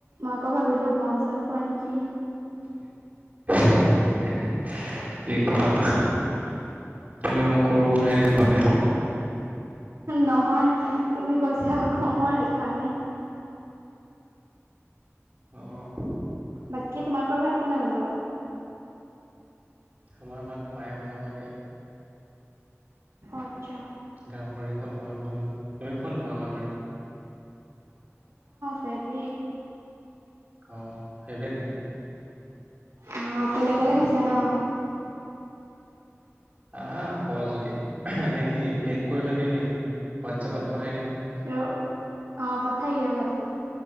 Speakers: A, on the right; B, on the right.
A: মাকো ভাবিলো বন চন খোৱা নেকি
B: কি কোৱা তুমি মোক গৰু নাই দিল মানে
A: নহয় তুমি কৈছা
B: উম
A: কম আৰু সেইকাৰণে
B: আহ
A: বাকী তোমালোকৰ ভাত কোনে বনাব
B: আমাৰ ভাত মায়ে বনাব এতিয়া
A: আচ্ছা
B: গাহৰি কণ মই বনাম তুমি শোৱা নখোৱা গাহৰি
A: ফেব্ৰ
B: অ ফেভৰেট নাই
A: অঁ অকলে অকলে খাইছা ন
B: হ খোৱা যদি নে কি পেক কৰি থৈ দিম নেকি হোৱাটছএপত পঠাই দিম
A: আৰু অ পথাইেহ চ